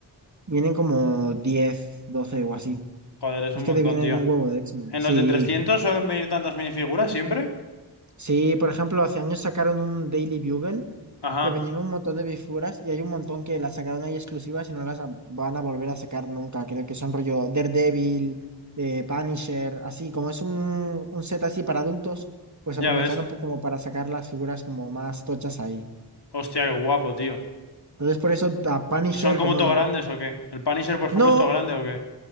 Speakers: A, on the right; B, on the left.
A: Vienen como 10 12 o así.
B: Joder, es un
A: Es
B: montón,
A: que te vienen
B: tío.
A: un huevo de X-Men.
B: ¿En
A: Sí,
B: los de 300 suelen venir tantas minifiguras siempre?
A: sí, por ejemplo, hace años sacaron un Daily Bugle
B: Ajá,
A: que venían un montón de figuras y hay un montón que las sacaron ahí exclusivas y no las a- van a volver a sacar nunca. Creo que son rollo Daredevil, eh, Punisher, así como es un, un set así para adultos, pues
B: ya
A: aprovecharon
B: ves.
A: po- como para sacar las figuras como más tochas ahí.
B: Hostia, qué guapo, tío.
A: Entonces por eso a Punisher
B: ¿Y son como
A: como...
B: todos grandes o qué? ¿El Punisher, por ejemplo,
A: No,
B: es todo grande o qué?